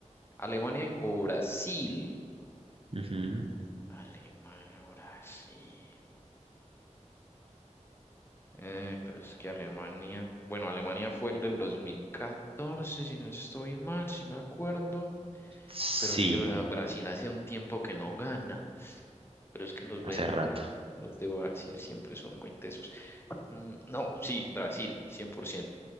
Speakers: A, on the left (about 20°); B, on the right (about 50°).
A: Alemania y- o Brasil.
B: Ujú.
A: Alemania o Brasil. Eh, pero es que Alemania, bueno, Alemania fue el del 2014, si no estoy mal, si me acuerdo.
B: Sí,
A: Pero es que Bra- Brasil hace un tiempo que no gana. Pero es que los,
B: hace
A: ver-
B: rato.
A: los de Brasil siempre son muy tesos. Mm, No, sí, Brasil, 100%.